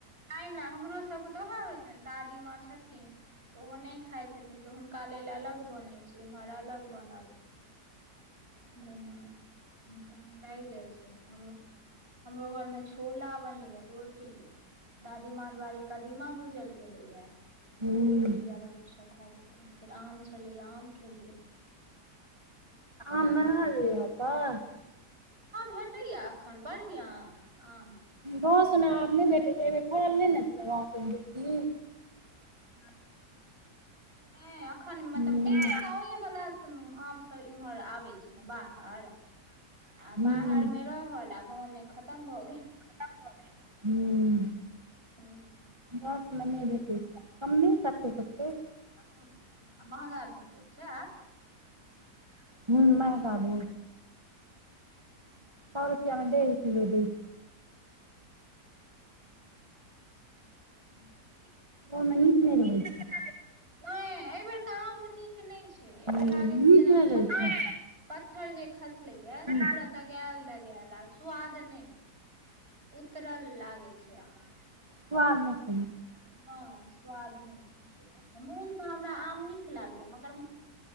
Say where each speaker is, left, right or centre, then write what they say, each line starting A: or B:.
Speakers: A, on the right; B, on the right.
A: टाईम न हमरो सबके तऽ उएह होइ छन दादी माँ छथिन तोहो नय खाय छथिन त हुनका लेल अलग बन छै इम्हर अलग बनल‌। <inaudible> लाइग जाइ छै त हम हमरो घर मे छोला बनलैए रोटी दादीमाँ दुआरे कदीमा भूजल गेलेयै,
B: हुँ
A: दूध भूजिया रोटी। की सब खाइ छथिन फेर आम छलै आम खेलियै
B: आम <unintelligible>
A: भेटैया या एखन बढ़िआँ आम।
B: गांव सब में आम नय भेटै छै एय बेर फड़ल नय ने छैलये। गांव में बेसी
A: ह <unintelligible> नय एखन मतलब
B: हूँ
A: छै गाे वाला आम सब इमहर आबे छै। बाहर आ
B: हूँ
A: बाहर मे रहल आ गाँव मे खतम भऽ'गेल।
B: <unintelligible>
A: हूँ
B: गाछ
A: महान
B: मे
A: छलै
B: नय भेटै छै कमे कतहु कतहु।
A: कतहु क महँगा भेटैत छै आब।
B: ह बाबू
A: हूँ।
B: सए रुपैआमे डेढ़ किलो दै।
A: हूँ।
B: ओ मनीष नहि रहै छै। <unintelligible>
A: ह एहि बेेर क आम नीक नहि छै। एहि
B: हूँ
A: बेर लागै
B: नीक
A: छै। जेनाकि
B: नहि रहै
A: पत्थर
B: छै
A: पत्थर जे खसले या
B: हूँ
A: से पूरा दगायल दगायल आ स्वाद नहि। उतरल लागे छै आम।
B: सुमे सु
A: नहि स्वाद नहि छै। मोनसँ हमरा आम नीक लागैए मगर